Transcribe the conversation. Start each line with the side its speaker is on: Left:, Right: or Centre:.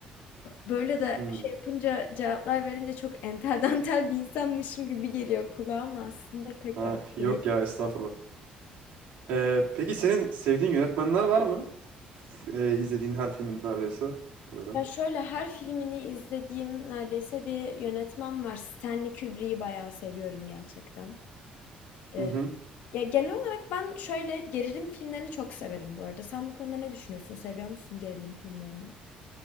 Left: Böyle de
Right: Hmm.
Left: şey yapınca cevaplar verince çok entel dantel bir insanmışım gibi geliyor kulağıma aslında pek
Right: Ha,
Left: öyle
Right: yok
Left: değil.
Right: ya estağfurullah. Ee, peki senin sevdiğin yönetmenler var mı? F- e, izlediğin her filmin neredeyse. Öyle.
Left: Ya şöyle her filmini izlediğim neredeyse bir yönetmen var. Stanley Kubrick'i bayağı seviyorum gerçekten. Ee,
Right: Hı hı.
Left: Ya, genel olarak ben şöyle, gerilim filmlerini çok severim bu arada. Sen bu konuda ne düşünüyorsun? Seviyor musun gerilim filmlerini?